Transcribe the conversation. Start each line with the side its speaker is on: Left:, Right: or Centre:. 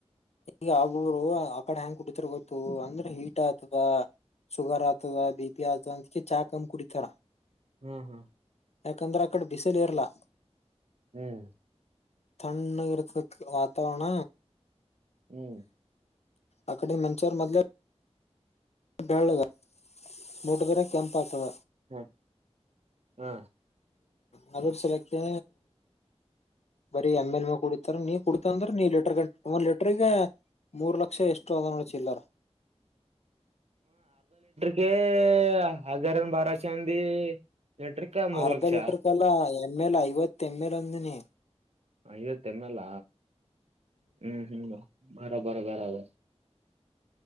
Left: ಈಗ ಆಗರು ಆ ಕಡೆ ಎಂಗ್ ಕುಟ್ಟಿತಾರ ಗೊತ್ತು ಅಂದ್ರೆ ಹೀಟ್ ಆತದ, ಶುಗರ್ ಆಗ್ತದ, ಬಿ ಪಿ ಆಗ್ತದ, ಅಂದ್ಕೆ ಚಾ ಕಮ್ ಕುಡಿತಾರ.
Right: ಹ್ಮ್ ಹ್ಮ್.
Left: ಯಾಕಂದ್ರೆ ಆಕಡ ಬಿಸಿಲು ಇರ್ಲಾ.
Right: ಹ್ಮ್.
Left: ತಣ್ಣಗ ಇರ್ತದ ಕ ವಾತಾವರಣ.
Right: ಹ್ಮ್.
Left: ಅಕಿಡಿನ್ ಮನುಷ್ಯರು ಮೊದ್ಲೆ, ಬೆಳ್ಳಗ ಮುಟ್ಟದ್ರೆ ಕೆಂಪ ಆಗ್ತದ.
Right: ಹ್ಮ್, ಹ್ಮ
Left: ಹ್ಮ ಅದ್ರ ಸಲೆಕೆ, ಬರೀ ಎಮ್ ಎಲ್ ಮ ಕುಡಿತಾರ ನೀ ಕುಡತಂದ್ರ ನೀ ಲೀಟರ್ ಗ ಒಂದ್ ಲೀಟರ್ಗ. ಮೂರ್ ಲಕ್ಷ ಎಷ್ಟು ಅದ ನೋಡ ಚಿಲ್ಲಾರ್.
Right: ಗೆ...... ಹಜಾರ ಬಾರಶ ಅಂದಿ. ಲೀಟ್ರಕ ಮೂರ್
Left: ಅರ್ಧ
Right: ಲಕ್ಷ
Left: ಲೀಟರ್ಕೆಲ್ಲಾ ಎಮ್ ಎಲ್ ಐವತ್ ಎಮ್ ಎಲ್ ಅಂದಿನಿ.
Right: ಐವತ್ತ ಎಮ್ ಎಲ್ ಹ್ಮ್ ಹ್ಮ್ ಬರಬರ ಬರಬರ ಆದಾ.